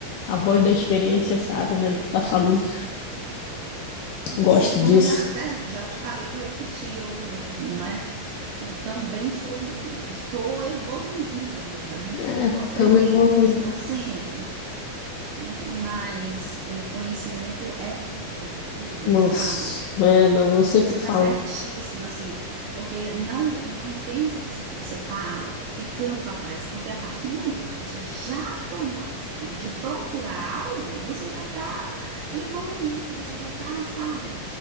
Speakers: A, on the left; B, on the right.
A: a voz da experiência sabe, né, do que tá falando. Gosto
B: Sim, é como
A: disso.
B: eu já até já te falei, vou repetir outra vez, não é? Assim, também sou, um- estou evoluindo ainda, né?
A: É,
B: Estou aprendendo,
A: também evoluindo.
B: buscando sempre, né? Mas é, conhecimento é tudo, tudo,
A: Mas,
B: sabe?
A: é, não,
B: Então,
A: eu sempre
B: você está
A: falo,
B: certíssima, assim, porque não não pense você que você está ficando para trás, porque a partir do momento que você já tomou a decisão de procurar algo, você já está evoluindo, você já está, sabe,